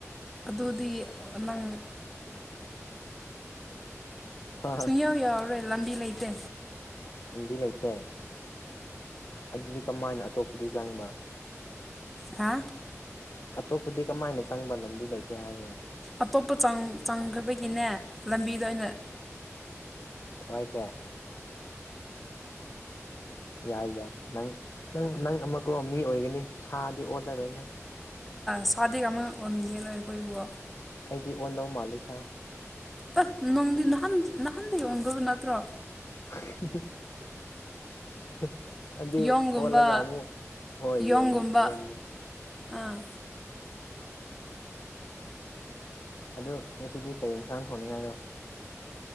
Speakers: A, in the centre; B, on the left.
A: ꯑꯗꯨꯗꯤ ꯅꯪ
B: ꯍꯥ
A: ꯁꯨꯏꯌꯥꯎ ꯌꯥꯎꯎꯔꯣ ꯑꯦ ꯂꯝꯕꯤ ꯂꯩꯇꯦ
B: ꯂꯝꯕꯤ ꯂꯩꯇꯦ ꯑꯗꯨꯗꯤ ꯀꯃꯥꯏꯅ ꯑꯇꯣꯞꯄꯗꯤ ꯆꯪꯕ
A: ꯍꯥ
B: ꯑꯇꯣꯞꯄꯗꯤ ꯀꯃꯥꯏꯅ ꯆꯪꯕ ꯂꯝꯕꯤ ꯂꯩꯇꯦ ꯍꯥꯏꯔꯦꯅ
A: ꯑꯇꯣꯞꯄ ꯆꯪꯈ꯭ꯔꯕꯒꯤꯅꯦ ꯂꯝꯕꯤꯗ ꯑꯣꯏꯅ
B: ꯊꯃꯥꯏꯈꯦ ꯌꯥꯏ ꯌꯥꯏ ꯅꯪ ꯅꯪ ꯅꯪ ꯑꯃꯀ ꯃꯤ ꯑꯣꯏꯒꯅꯤ ꯁꯥꯗꯤ ꯑꯣꯜꯂꯔꯣꯏ ꯅꯪ
A: ꯁꯥꯗꯤ ꯀꯃ ꯑꯣꯟꯦꯔ ꯑꯣꯏꯣꯏꯕꯣ
B: ꯑꯩꯗꯤ ꯑꯣꯟꯗꯧ ꯃꯥꯜꯂꯤ ꯁꯥ
A: ꯑꯁ ꯅꯣꯡꯗꯤ ꯅꯍꯥꯟ ꯅꯍꯥꯟꯗ ꯌꯣꯟꯒꯕ ꯅꯠꯇ꯭ꯔꯣ
B: <inaudible> ꯎ ꯑꯗꯨ
A: ꯌꯣꯡꯒꯨꯝꯕ
B: ꯑꯣꯜꯂꯒ ꯑꯃꯨ ꯍꯣꯏ
A: ꯌꯣꯡꯒꯨꯝꯕ
B: ꯌꯦꯣꯡꯉꯨ ꯐꯜꯃꯦ
A: ꯑꯥ
B: ꯑꯗꯨ ꯉꯁꯤꯗꯤ ꯀꯩ ꯌꯦꯟꯁꯥꯡ ꯊꯣꯡꯅꯤꯡꯉꯥꯏꯔꯣ